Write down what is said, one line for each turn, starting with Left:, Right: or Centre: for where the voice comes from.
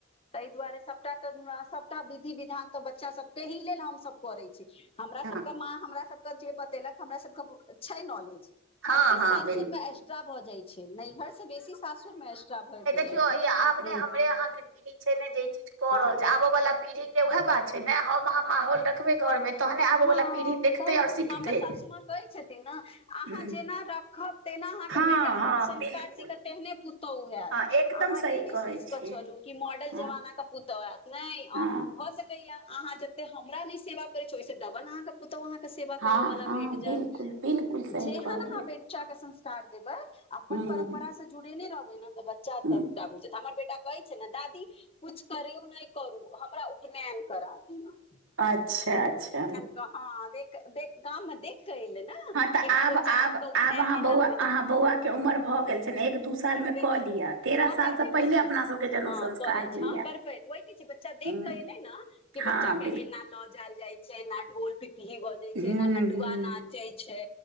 Left: ताहि दुआरे सबटा तऽ सबटा विधि विधान तऽ बच्चा सबके एहि लेल हमसब करै छी हमरा
Right: हँ
Left: सबके माँ हमरा सबके जे बतेलक हमरा सबके छै नॉलेज
Right: हँ
Left: और किस
Right: हँ
Left: सासुर
Right: बिल्कुल
Left: में एक्स्ट्रा भ जाय छै नैहर से बेसी सासुर मे एसट्रा भऽ
Right: कियो
Left: जाइ छै
Right: इ आब
Left: ह
Right: ने हमरे यहाँ के पीढ़ी छै ने जे ई चीज क
Left: हँ
Right: रहल छै ओ वालला पीढ़ी के वएह बात छै ने हम अहाँ माहौल देखबे घर मे तहने आबा
Left: हँ
Right: वालला पीढ़ी देखतै
Left: तऽ
Right: आओर सिखतै
Left: हमर सासू माँ कहै छथिन ने अहाँ
Right: हूँ
Left: जेना रखब तेना अहाँके
Right: हँ
Left: बेटा
Right: हँ
Left: संस्कार
Right: बिलकुल
Left: सीखत तेहने पु तौ हैत
Right: हँ एकदम
Left: अहाँ
Right: सही
Left: ई नहि
Right: कहै
Left: सोचिकऽ
Right: छियै
Left: चलू कि मॉडल
Right: हँ
Left: जमाना के पुतौ एत ने
Right: हँ
Left: अं भ सकै या अहाँ जते हमरा न सेवा करे देखियो इ स डबल <unintelligible> पुतौ अहाके सेवा
Right: हँ
Left: करऽ वलला
Right: हँ
Left: भेट
Right: बिलकुल
Left: जायत
Right: बिलकुल सही
Left: जेहन
Right: कहलियै
Left: अहा बच्चा के संस्कार देबै अपन
Right: हूँ
Left: परम्परा से जुड़ेने रहबै ने तऽ बच्चा
Right: हूँ
Left: त का बुजता हमर बेटा कहै छै ने दादी कुछ करे नहि करू हमरा उपनयन करादियो
Right: अच्छा अच्छा
Left: हँ देख देख गाम मे देख कऽ एलै ने
Right: हँ तऽ
Left: कि
Right: आब
Left: बच्चा
Right: आब
Left: सबके उपनयन
Right: आब अहाँ
Left: एना
Right: बौआ
Left: होइ छै
Right: अहाँ बौआके उमर भऽ गेल छै ने एक दू सालमे कऽ
Left: करबै
Right: लिअ तेरह
Left: हँ
Right: सालसँ
Left: करबे
Right: पहिले
Left: करबे
Right: अपना सभके जनउ
Left: हँ
Right: संस्कार
Left: करै
Right: होइए
Left: छै हँ करबै तऽ ओहि की छै बच्चा देख
Right: हूँ
Left: कऽ एलै ने कि
Right: हँ
Left: बच्चा के
Right: बिल्कुल
Left: एना ल जल जाइ छै ना ढोल पिपही भऽ जाय छै
Right: हुँ
Left: एना नटुआ
Right: हुँ
Left: नाचै छै